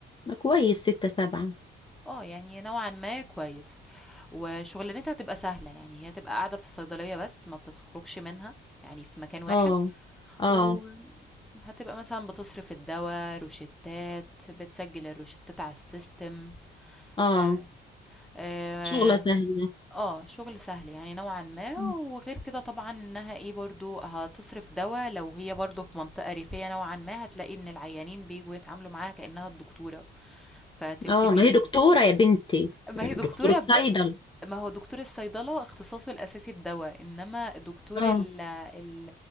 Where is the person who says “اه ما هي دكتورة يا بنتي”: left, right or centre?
Left